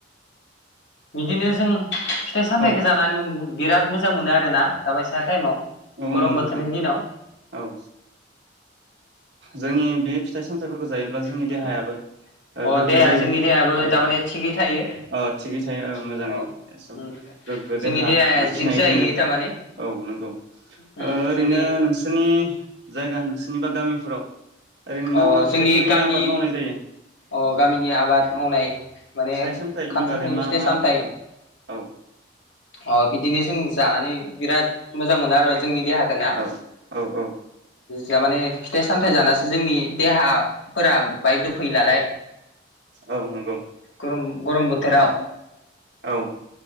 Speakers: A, on the left; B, on the right.
A: बिदिनो जों फिथाइ सामथाइखौ
B: औ
A: जानानै बिराद मोजां मोनो आरोना दाबायसा टाइमाव
B: औ
A: गरम
B: नंगौ नोंथां
A: बोथोरनि दिनाव
B: औ ओ जोंनि बे फिथाइ सामथाइफोरखौ जायो। ब्ला जोंनि
A: अ
B: देहायाबो ओ गोगगो
A: देहा
B: जायो
A: जोंनि देहायाबो
B: औ
A: थारमाने थिगै थायो
B: औ थिगै थायो औ
A: अ
B: मोजाङै सब
A: उम
B: गोगो
A: जोंनि
B: देहा
A: देहाया
B: लाखिनो
A: जिब
B: हायो
A: जाहैयो
B: जोङो
A: थारमाने
B: औ नंगौ
A: उम
B: ओ ओरैनो
A: जोंनि
B: नोंसिनि जायगा नोंसिनि बा गामिफोराव ओरैनो
A: अ
B: मा मा फिथाइफोरनि
A: जोंनि गामि
B: आबाद मावनाय जायो
A: अ गामिनि आबाद मावनाय माने
B: फिथाइ सामथाइनि
A: खामथाखो
B: बागै मा
A: फिथाइ
B: मा
A: सामथाइ
B: ओं औ
A: अ बिदिनो जों जानानै बिराद मोजां मोना आरो जोंनि देहाखौ ना
B: औ औ औ
A: या माने फिथाइ सामथायाइ जानासो जोंनि देहाफोरा बायक फैलालाय
B: औ नंगौ
A: खुम <inaudible> गरम बोथोराव
B: औ